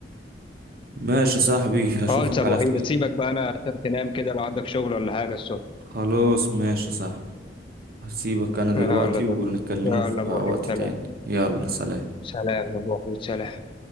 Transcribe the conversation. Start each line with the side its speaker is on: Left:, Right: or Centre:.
Right: ماشي يا صاحبي هشوفك
Left: خالص يا ابو
Right: على
Left: وحيد
Right: خير
Left: سيبك بقى انا عشان تنام كده لو عندك شغل ولا حاجه الصبح
Right: خلاص ماشي يا صاحبي هسيبك انا دلوقتي
Left: يلا يا ابو
Right: ونتكلموا
Left: يلا
Right: في
Left: يا ابو
Right: وقت
Left: وحيد
Right: تاني
Left: سلام
Right: يلا سلام
Left: سلام يا ابو وحيد سلام